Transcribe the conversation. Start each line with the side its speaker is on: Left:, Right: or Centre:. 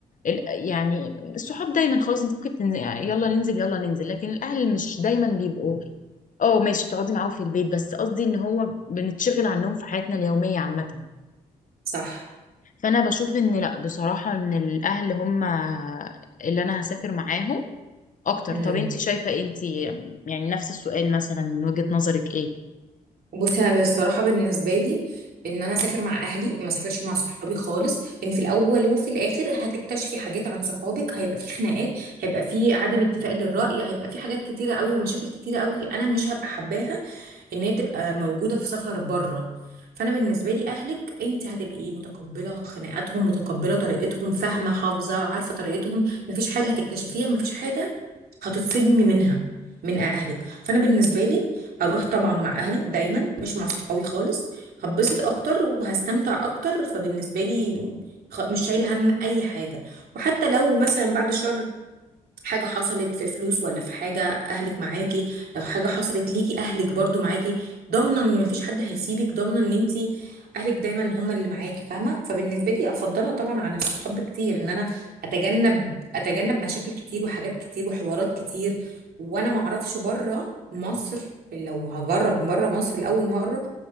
Left: ال- يعني الصحاب دايما خلاص انت ممكن تنزل يعني يلا ننزل يلا ننزل لكن الاهل مش دايما بيبقوا اه ماشي بتقعدي معاهم في البيت بس قصدي ان هو بنتشغل عنهم في حياتنا اليوميه عامه
Right: صح
Left: فانا بشوف ان لا بصراحه ان الاهل هم اللي انا هسافر معاهم اكتر
Right: امم
Left: طب انت شايفه إيه؟ انت يعني نفس السؤال مثلا من وجهة نظرك ايه
Right: بصي انا بصراحه بالنسبه لي ان انا اسافر مع اهلي ما اسافرش مع صحابي خالص لان في الاول وفي الاخر هتكتشفي حاجات عن صحابك هيبقى في خناقات هيبقى في عدم اتفاق للراي هيبقى في حاجات كتيره قوي ومشاكل كتيره قوي انا مش هبقى حباها ان هي تبقى موجوده في سفر بره فانا بالنسبه لي اهلك انت هتبقي متقبله خناقاتهم متقبله طريقتهم فاهمه حافظه عارفه طريقتهم مفيش حاجه هتكتشفيها مفيش حاجه هتتصدمي منها من اهلك فانا بالنسبه لي اروح طبعا مع اهلي دايما مش مع صحابي خالص هبسط اكتر وهستمتع اكتر فبالنسبه لي خ- مش شايله هم اي حاجه وحتى لو مثلا بعد شهر حاجة حصلت في فلوس ولا في حاجة أهلك معاكي لو حاجة حصلت ليكي أهلك برضو معاكي ضامنة إن مفيش حد هيسيبك ضامنة إن أنتي أهلك دايما هما اللي معاكي فاهمة فبالنسبة لي أفضلها طبعا عن الصحاب كتير إن أنا أتجنب أتجنب مشاكل كتير وحاجات كتير وحوارات كتير وأنا معرفش بره مصر لو هجرب بره مصر لأول مرة